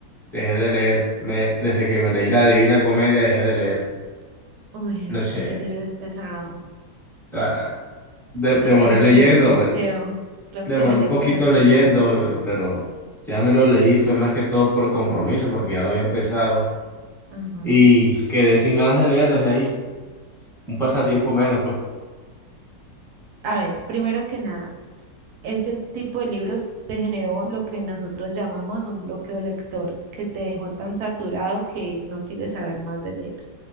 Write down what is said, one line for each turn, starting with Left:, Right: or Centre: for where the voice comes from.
Centre: Dejé de leer. Me, desde que me leí La Divina Comedia, dejé de leer.
Right: uy, es
Centre: No
Right: que
Centre: sé,
Right: ese libro es pesado.
Centre: o sea, de-
Right: Eso
Centre: demoré
Right: te generó
Centre: leyéndomelo.
Right: un bloqueo, bloqueo
Centre: Demoré
Right: de lector
Centre: un poquito
Right: se
Centre: leyéndome,
Right: llama.
Centre: pero, pero ya me lo leí. Fue más que todo por compromiso, porque ya lo había empezado.
Right: Ajá.
Centre: Y quedé sin ganas de leer desde ahí. Un pasatiempo
Right: sí.
Centre: menos, pues.
Right: A ver, primero que nada. Ese tipo de libros te generó lo que nosotros llamamos un bloqueo lector, que te dejó tan saturado que no quieres saber más de leer.